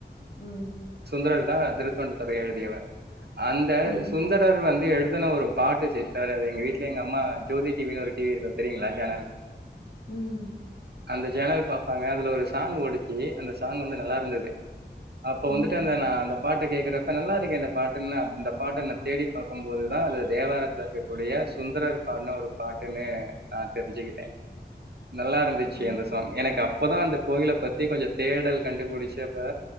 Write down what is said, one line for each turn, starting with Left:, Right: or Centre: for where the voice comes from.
Left: உம்
Right: சுந்தரர் தா திருத்தொண்ட தொகை எழுதியவர் அந்த
Left: ம்
Right: சுந்தரர் வந்து எழுதுன ஒரு பாட்டு சிஸ்டர் அது எங்க வீட்டுல எங்க அம்மா ஜோதி டிவின்னு ஒரு டிவி இருக்கு தெரியுங்களா சேனல்
Left: உம்
Right: அந்த சேனல் பார்பாங்க அதுல ஒரு சாங் ஓடிச்சி அந்த சாங் வந்து நல்லா இருந்தது அப்ப
Left: ம்
Right: வந்து <unintelligible> பாட்ட கேக்குறப்ப நல்லா இருக்கு இந்த பாட்டுன்னு இந்த பாட்டை ந தேடி பார்க்கும்போதுதா அது தேவாரத்துல இருக்கக்கூடிய சுந்தரர் பாடுனு ஒரு பாட்டுன்னு நான் தெரிஞ்சுக்கிட்டேன் நல்லா இருந்துச்சு
Left: ஓ
Right: அந்த சாங் எனக்கா இப்போதா அந்த கோயில பத்தி கொஞ்ச தேடல் கண்டுபிடிச்சு அப்ப